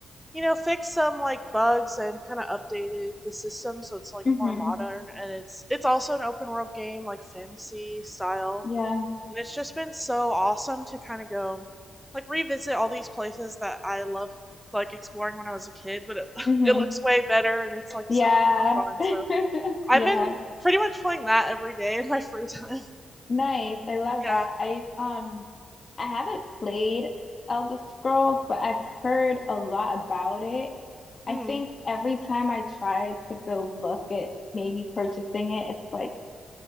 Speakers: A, in the centre; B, on the left (about 35°).
A: you know, fixed some like bugs and kind of updated the system so it's like
B: Mm-hmm.
A: more modern and it's it's also an open world game like fantasy style.
B: Yeah.
A: And it's just been so awesome to kind of go like revisit all these places that I love like exploring when I was a kid, but it, <laughs>
B: Mm-hmm.
A: it looks way better and it's like
B: Yeah.
A: so much more fun.
B: <laughs>
A: So
B: Yeah.
A: I've been pretty much playing that every day in my free time. <laughs>
B: Nice. I love
A: Yeah.
B: that. I um I haven't played Elder Scrolls, but I've heard a lot about it. I
A: Mm.
B: think every time I try to go look at maybe purchasing it, it's like